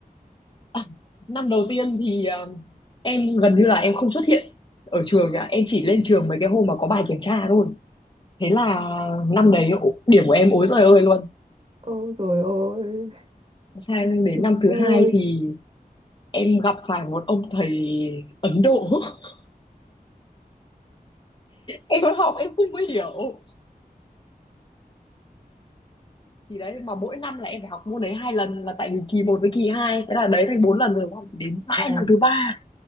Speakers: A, on the left (about 30°); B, on the right (about 35°).
A: À, năm đầu tiên thì ờ, em gần như là em không xuất hiện ở trường nhá em chỉ lên trường mấy cái hôm mà có bài kiểm tra thôi thế là năm đấy ổ- điểm của em ối giời ơi luôn
B: Ôi rồi ôi,
A: sang đến
B: chúng
A: năm
B: tôi.
A: thứ hai thì em gặp phải một ông thầy Ấn Độ <laughs> em học em không có hiểu thì đấy mà mỗi năm là em phải học môn đấy hai lần là tại vì kỳ một với kỳ hai thế là đấy thành bốn lần rồi đúng không thì đến mãi
B: Ờ,
A: năm thứ ba